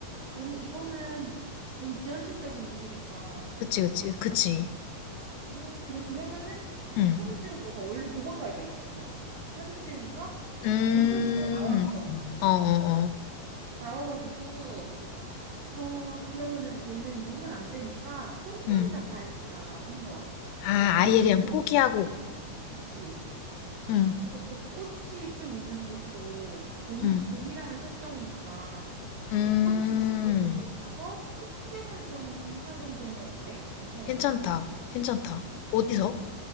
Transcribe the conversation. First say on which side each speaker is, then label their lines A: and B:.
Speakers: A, on the right; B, on the left.
A: 너무 이거는 너무 비현실적인 일이니까.
B: 그치, 그치, 그치.
A: 아, 그래. 그러면은
B: 응.
A: 사진 찍어서 내가 얼른 도망가야 되겠다, 그냥. 사진 찍으니까
B: 음.
A: 온천수 내가 나왔어.
B: 어어어.
A: 나와가지고, 어, 그러면은 얘는 물은 안 되니까 꽃놀이나
B: 응.
A: 가야겠다 한 거야.
B: 아,
A: 내가 꽃놀이도
B: 아예 그냥 포기하고.
A: 가고 싶어. 그치.
B: 응.
A: 그 벚꽃이 좀 있는 곳으로 봄
B: 응.
A: 봄이라는 설정이니까
B: 음.
A: 벚꽃이 있는 곳으로 가서 꽃 구경을 좀 하는 그런 건 어때? 괜찮은
B: 괜찮다.
A: 것 같아?
B: 괜찮다. 어디서?